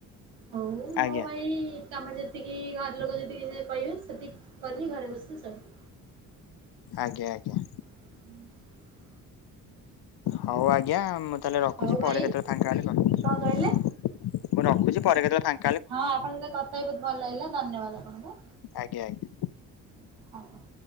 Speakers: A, on the right (about 85°); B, on the left (about 65°).
A: ହଉ ମୋ
B: ଆଜ୍ଞା।
A: ଭାଇ କାମ ଯେତିକି ଘର ଲୋକ ଯେତିକି କହିବେ ସେତିକି କଲି। ଘରେ ବସିଲି ସଇଲା।
B: ଆଜ୍ଞା ଆଜ୍ଞା।
A: ହୁଁ।
B: ହଉ ଆଜ୍ଞା ମୁଁ ତାହେଲେ ରଖୁଛି।
A: ହଉ ଭାଇ
B: ପରେ କେତେବେଳେ ଫାଙ୍କା ହେଲେ କରିବି।
A: କଣ କହିଲେ
B: ମୁଁ ରଖୁଛି ପରେ କେତେବେଳେ ଫାଙ୍କ
A: ହଁ ଆପଣଙ୍କ ସହିତ କଥା ହେଇ ବହୁତ ଭଲ ଲାଗିଲା ଧନ୍ୟବାଦ ଆପଣଙ୍କୁ।
B: ଆଜ୍ଞା ଆଜ୍ଞା।
A: ଆଜ୍ଞା।